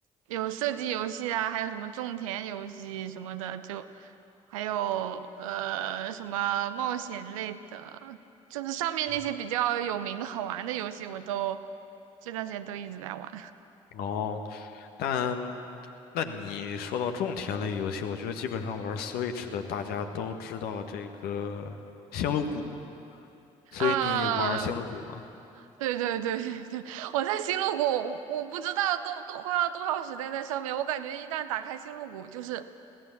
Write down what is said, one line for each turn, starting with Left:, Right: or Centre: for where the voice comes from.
Right: 有射击游戏啊，还有什么种田游戏什么的，就还有呃什么冒险类的，就是上面那些比较有名的好玩的游戏，
Left: 嗯，
Right: 我都这段时间都一直在玩。
Left: 哦，但。那你说到种田类游戏，我觉得基本上玩 Switch 的大家都知道这个星露谷，所以你玩星露谷吗？
Right: 啊，对对对对对，我在星露谷，我我不知道都都花了多少时间在上面。我感觉一旦打开星露谷，就是